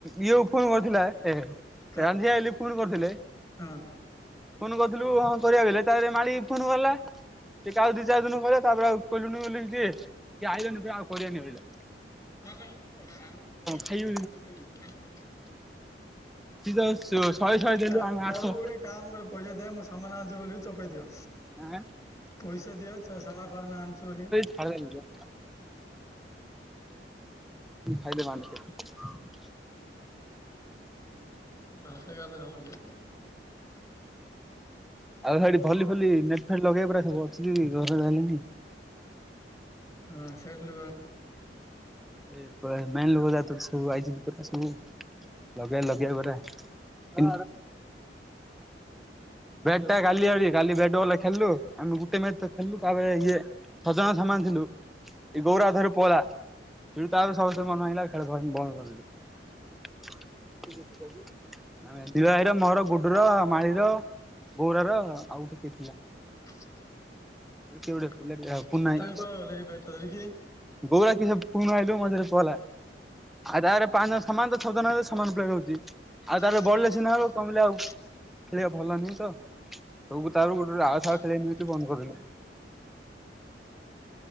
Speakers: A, in the centre; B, on the left.
A: ଇଏ ଫୁନୁ କରିଥିଲା ଏ
B: କାହାକୁ
A: ରାନ୍ଧିଆ ହେଲେ ଫୁନ କରିଥିଲେ।
B: ହଁ।
A: ଫୁନୁ କରିଥିଲୁ ହଁ କରିବା ବେଲେ ତାପରେ ମାଳି ଫୁନୁ କଲା। ଟିକେ ଆଉ ଦି ଚାର ଦିନୁ କୁ କରିଆ ତାପରେ ଆ କହିଲୁନୁ ବୋଲିକୁ କିଏ ସେ ଆଇଲାନି ଯେ ଆଉ କରିଆନି ବୋଇଲା।
B: ନକର ନକର ଆମ ଖି ତ
A: ଖାଇବ
B: ନାଇଁ
A: ସିଏ ତ ଶହେ
B: <inaudible>
A: ଶହେ ଦେଲୁ
B: ତାକୁ
A: ଆମେ ଆଠଶହ
B: ଗୋଟେ କାମ କର। ପଇସା ଦେ ମୁଁ ସାମାନ ଆଣିଛି ବୋଲି ଚପେଇ ଦିଅ।
A: ଆଁ
B: ପଇସା ଦିଅ ଚା ସାମାନ୍ ଫାମାନ୍ ଆଣଚି ବୋଲି।
A: ଖାଇଲାନି କିଏ? ଖାଇଲେ ବା <unintelligible>
B: ଭାଷା ଗାଳିଦେଲେ ହବ କି?
A: ଆଉ ସେଠି ଭଲି ଫଲି ନେଟ୍ ଫେଟ ଲଗେଇବା ପରା ସବୁ ଅଛି ଘରେ ଝାନିଲି।
B: ନା ନା ସାରିଲେ ବା।
A: ଏ ପୁରା ମେନ୍ ଲୋକ ଯାକ୍ ତ ସବୁ ଆଇଛନ୍ତି ପୁରରା ସବୁ ଲଗେଇବା ଲଗେଇବା ପରା। ଉ ବ୍ୟାଟ ଟା କାଲି ଆଣଲି। କାଲି ବ୍ୟାଟ ବଲ୍ ଖେଳିଲୁ ଆମେ ଗୁଟେ ମଚ ଖେଳିଲୁ ତାପରେ ଇଏ ଜଣେ ସମାନ ଥିଲୁ ଏ ଗୌରା ଅଧାରୁ ପଳେଲା। ତେଣୁ ତାପରେ ସମସ୍ତିଙ୍କ ମନ ହେଇଲା ଖେଳ ଫେଳ ବନ୍ଦ କରିଦେଲୁ। ଆ ଦିବା ଭାଈର ମୋର ଗୁଡୁର ମାଳିର ଗୌରାର ଆଉ ଗୋଟେ କିଏ ଥିଲା।
B: ହ
A: ଆଉ
B: <inaudible>
A: କିଏ
B: କାଇଁ
A: ଗୋଟେ ପିଲାଟେ ପୁନା ଭାଇ
B: କୁଆଡେ ଗଲେ ଏ ବ୍ୟାଟ ଧରିକି?
A: ଗୌରା କିସ ଫୁଣି ଆଇଲୁ ମଝିରେ ପଳା ଆଉ ତାପରେ ପାଞ୍ଚ ଜଣ ସମାନ ତ ଛଅ ଜଣ ହେଲେ ସମାନ ପ୍ଲେୟର
B: ହୁଁ।
A: ହଉଛି।
B: ଆଉ
A: ତାପରେ
B: ତାହେଲେ ରେ
A: ବଳିଲେ
B: ବଢିଲେ
A: ସିନା
B: <unintelligible> ତୁ ଚାଲଲୁ
A: ହବ କମିଲେ
B: ଗୋଟେ
A: ଆଉ ଖେଳିବା ଭଲ ନୁହେଁ ତ ସବୁ ତାପରେ ଗୋଟେ ଗୋଟେ
B: ଦାମ୍
A: ଆଉ ଥରେ
B: <unintelligible> କଣ
A: ଖେଳିବେନି ବୋଲି ବନ୍ଦ କରିଦେଲୁ।
B: କରିବୁ?